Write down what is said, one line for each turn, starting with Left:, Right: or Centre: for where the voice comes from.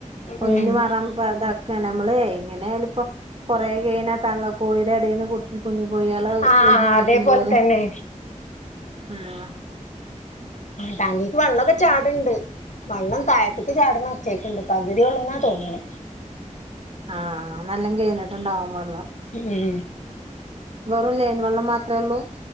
Right: ഒയിഞ്ഞ്
Left: ഉം
Right: മാറാൻ പറ ക്കാ നമ്മള് എങ്ങനെ ആയാലും ഇപ്പം കൊറെ കയ്ഞ്ഞാ തള്ള കോഴിടെ എടെന്ന് കു- കുഞ്ഞു കോഴികളെ
Left: ആഹ്
Right: ഒഴിഞ്ഞ് മാറ്റുമ്പോലെ
Left: അതേപോലെ തന്നെ
Right: ഉം
Left: ടാങ്കിക്ക് വളെളാക്കെ ചാട്ണ്ട് വള്ളം തായ്ത്ത്ക്ക് ചാട്ണ ഒച്ചകേക്കണ്ട് പകുതി ഒള്ളൂന്നാ തോന്ന്ണ
Right: ആഹ് നല്ലൊം കയ്ഞ്ഞിട്ടുണ്ടാവും വള്ളം
Left: ഉം
Right: വെറും ലൈൻ വള്ളം മാത്രേ ഉള്ളൂ